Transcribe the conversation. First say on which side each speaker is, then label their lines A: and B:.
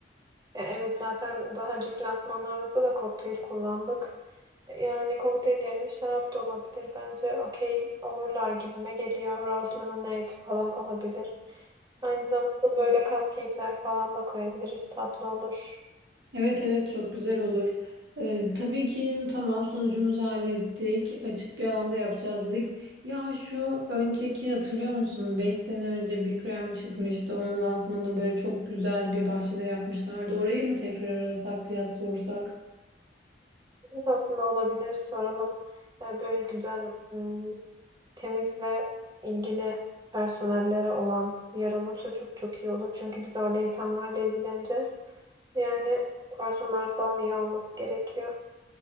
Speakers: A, on the right (about 20°); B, on the right (about 65°).
A: E, evet zaten daha önceki lansmanlarımızda da kokteyl kullandık. Yani kokteyl yerine şarap da olabilir. Bence okey olurlar gibime geliyor. Rose lemonade falan olabilir. Aynı zamanda böyle cupcake'ler falan da koyabiliriz. Tatlı olur.
B: Evet evet çok güzel olur. Ee, tabii ki tamam sunucumuzu hallettik. Açık bir alanda yapacağız dedik. Ya şu önceki hatırlıyor musun? 5 sene önce bir krem çıkmıştı. Onun lansmanını böyle çok güzel bir bahçede yapmışlardı. Orayı mı tekrar arasak, fiyat sorsak?
A: Evet, aslında olabilir. Soralım. Ee, Böyle güzel, ım, temiz ve ilgili personelleri olan bir yer olursa çok çok iyi olur. Çünkü biz orada insanlarla ilgileneceğiz. Yani personel falan iyi olması gerekiyor.